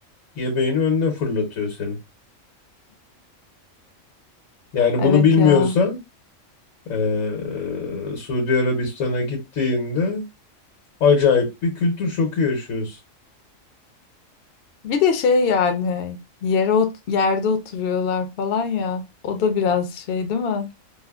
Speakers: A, on the left; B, on the left.
A: yemeğini önüne fırlatıyor senin. Yani
B: Evet
A: bunu bilmiyorsan
B: ya.
A: eee, Suudi Arabistan'a gittiğinde acayip bir kültür şoku yaşıyorsun.
B: Bir de şey yani yere ot- yerde oturuyorlar falan ya. O da biraz şey değil mi?